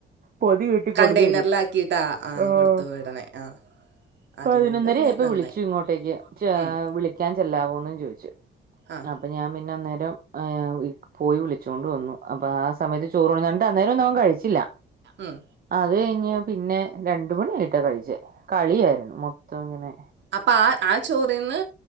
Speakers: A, on the right; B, on the right.
A: പൊതു കെട്ടി
B: കണ്ടെയ്നറിലാക്കിയിട്ടാ
A: കൊടുന്ന് വരും
B: ആഹ്
A: ആഹ
B: കൊടുത്തു വിടണേ ആഹ് അതുകൊണ്ട്
A: പതിനൊന്നറായിപ്പൊ
B: പിന്നെ നന്നായി
A: വിളിച്ചു ഇങ്ങോട്ടേക്ക്
B: ഉം
A: വിള <unintelligible> ക്കാൻ ചെല്ലാവോന്ന് ചോദിച്ചു.
B: ആഹ്
A: അപ്പോം ഞാൻ പിന്നെ അന്നേരം പോയി വിളിച്ചോണ്ട് വന്നു. അപ്പോം ആ സമയത്ത് <unintelligible> കണ്ട് അന്നേരം ഒന്നും അവൻ കഴിച്ചില്ല.
B: ഉം
A: അത് കഴിഞ്ഞ് പിന്നെ രണ്ട മണിയായിട്ടാ കഴിച്ചേ കളിയായിരുന്നു. മൊത്തം ഇങ്ങനെ
B: അപ്പൊ ആ ആ ചോറിന്ന്